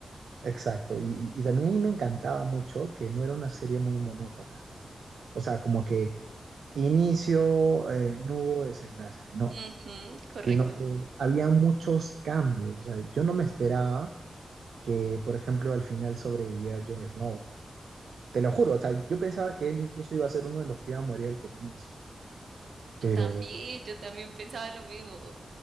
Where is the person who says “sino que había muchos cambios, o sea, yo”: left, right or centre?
Right